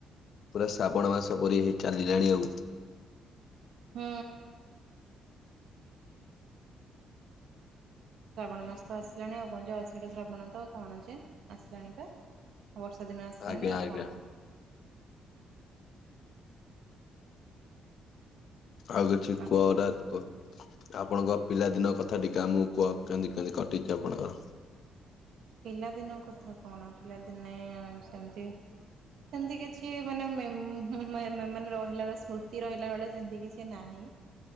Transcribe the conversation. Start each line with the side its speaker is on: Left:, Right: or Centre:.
Left: ପୁରା ଶ୍ରାବଣ ମାସ ପରି ହେ ଚାଲିଲାଣି ଆଉ।
Right: ହୁଁ। ଶ୍ରାବଣ ମାସ ତ ଆସିଲାଣି ଆଉ କଣଛ ଅସାଟା ଶ୍ରାବଣ ତ ଆଉ କଣ ଅଛେ ଆସିଲାଣି ତ। ବର୍ଷା ଦିନ ଆସିଲାଣି
Left: ଆଜ୍ଞା
Right: ଆଉ
Left: ଆଜ୍ଞା
Right: କଣ
Left: ଆଉ କିଛି
Right: ଆଷାଢ଼
Left: କୁହଡା କ। ଆପଣଙ୍କ ପିଲାଦିନ କଥା ଟିକେ ଆମକୁ କୁହ କେମତି କେମତି କଟିଚି ଆପଣଙ୍କର?
Right: ପିଲାଦିନ କଥା କଣ ପିଲାଦିନେ ସେମତି ସେମତି କିଛି ମାନେ ମେ-ମେ-ମେ ମାନେ ରହିଲା ବେଳେ ସ୍ମୃତି ରହିଲା ବେଳିଆ ସେମିତି କିଛି ନାହିଁ। <unintelligible>